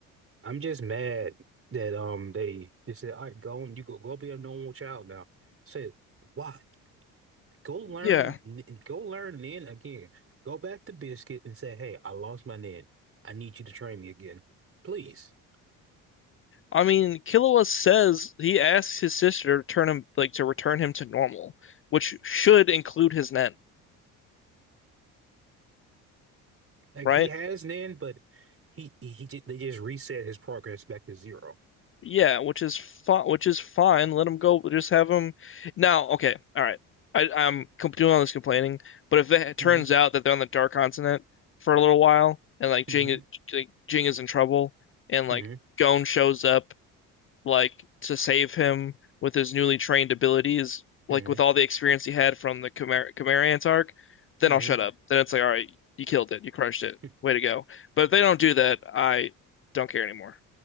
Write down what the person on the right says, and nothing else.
I'm just mad that um they they said, all right, go and you go go be a normal child now. said, why? Go learn
n- go learn Nin again. Go back to Biscuit and say, hey, I lost my Nin. I need you to train me again. Please.
Like
he has Nin, but he he, he ju- they just reset his progress back to 0
hmm
hmm
hmm
hmm
hmm
<laughs>
Uh,